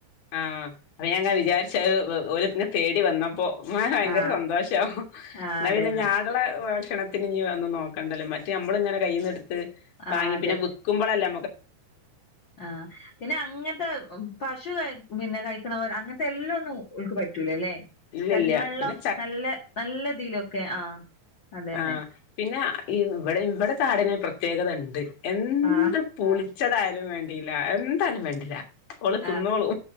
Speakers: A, on the left (about 55°); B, on the left (about 80°).
A: ആഹ അപ്പൊ ഞാൻങ്ങ വിചാരിച്ചഓ തേടി വന്നപ്പോ ഭയങ്കര
B: ആ
A: സന്തോഷവും
B: ആ
A: എന്നാ
B: അതന്നെ
A: പിന്നെ ഞാടള്ള ഭക്ഷണത്തിന് വന്നന്ന് നോക്കണ്ടല്ല മറ്റ് നമ്മള ഇങ്ങനെ കയ്യിന്നടുത്ത്
B: ആ അതെ
A: പിന്നെ വിൽക്കുമ്പോഴല്ല
B: ആ പിന്നെ അങ്ങനത്തെ പശു പിന്നെ കഴിക്കണവർ അങ്ങനത്തെ എല്ലാം ഒന്നും ഉക്ക് പറ്റൂലേ അല്ലെ
A: ഇല്ലില്ല
B: കഞ്ഞിവെള്ളം
A: പിന്നെ
B: നല്ല നല്ല രതിലൊക്കെ ആ അതന്നെ
A: ആഹ പിന്നെ ഈ ഇവിടെ ഇവിടെ ചാടന് പ്രത്യേകത ഉണ്ട് എന്ത്
B: ആ
A: പൂളി ച്ചതായാലും വേണ്ടല്ല എന്തായാലും വേണ്ടല്ല ഓള തിന്നോളൂ
B: ആ